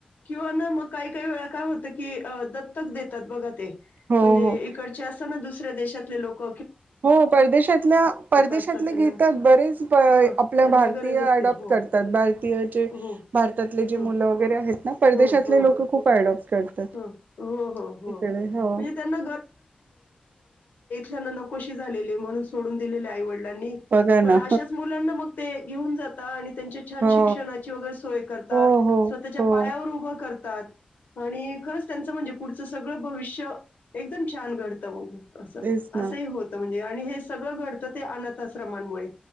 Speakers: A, on the left; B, on the right.
A: किंवा ना मग काही काही वेळा काय होत की दत्तक देतात बघा ते
B: हो
A: म्हणजे
B: हो
A: इकडचे असताना दुसऱ. दुसऱ्या देशातले लोक
B: हो परदेशातल्या परदेशातले
A: असतात त्यांना
B: घेतात बरेच आपल्या
A: हां, त्यांना
B: भारतीय
A: गरज असते.
B: अडॉप्ट
A: हो,
B: करतात भारतीय
A: हो,
B: भारतातले जे
A: हो,
B: मुलं वगैरे आहेत ना परदेशातले
A: हो, हो.
B: लोक खूप अडॉप्ट करतात
A: हं. हो, हो, हो.
B: तिकडे हो.
A: म्हणजे त्यांना त्यांनानकोशी झालेले म्हणून सोडून दिलेले आई वडिलांनी लां
B: बघा
A: पण
B: ना
A: अशाच मुलांना मग ते. घेऊन जाता आणि त्यांचे छान
B: हो
A: शिकते. वरे सोय कर
B: हो हो
A: स्वतच्या
B: हो
A: पायावर उभे करतात. आणि खरंच त्यांचं म्हणजे पुढचं सगळं भविष्य एकदम छान घडतं मग. असं
B: तेच
A: असंही
B: ना
A: होतं म्हणजे आणि हे सगळं घडतं ते अनाथ अस. प्रमाण मुळे